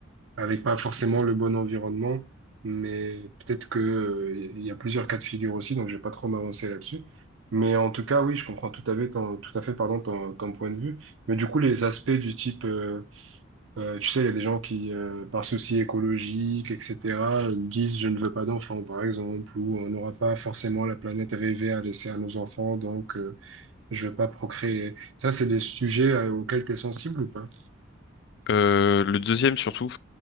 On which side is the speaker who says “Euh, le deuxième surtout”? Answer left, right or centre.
Left